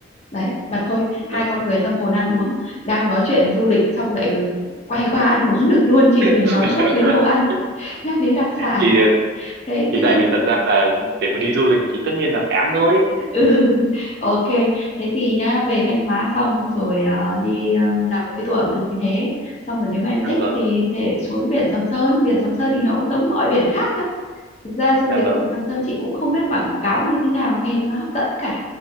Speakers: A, on the left (about 35°); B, on the right (about 55°).
A: đấy mà thôi hai
B: Đúng.
A: con người tâm hồn ăn uống đang nói chuyện du lịch xong lại rồi quay qua ăn uống được luôn chỉ
B: <laughs>
A: vì nói nhắc đến đồ ăn nhắc đến đặc
B: thì
A: sản thế
B: thì
A: thế
B: tại
A: thì
B: vì thật ra là để mà đi du lịch thì tất nhiên là phải ăn thôi
A: ừ <laughs> ok thế thì nhá về Thanh Hóa xong rồi ờ, đi ờ, làm một cái tour ẩm thực như thế xong rồi nếu mà em
B: dạ
A: thích
B: vâng
A: thì thể xuống biển Sầm Sơn biển Sầm Sơn thì nó cũng giống mọi biển khác thôi thực ra du
B: dạ
A: lịch
B: vâng
A: Sầm Sơn chị cũng không biết quảng cáo như thế nào nghe cho nó hấp dẫn cả